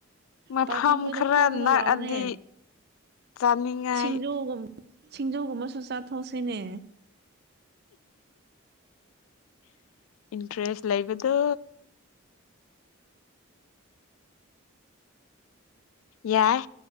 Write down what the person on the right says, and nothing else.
ꯄꯥꯔꯇꯤ ꯈꯣꯏꯗꯣ
ꯈꯣꯝꯃꯒ
ꯂꯥꯛꯑꯣꯅꯦ
ꯁꯤꯡꯖꯨꯒꯨꯝ ꯁꯤꯡꯖꯨꯒꯨꯝꯕꯁꯨ ꯆꯥꯊꯣꯛꯁꯤꯅꯦ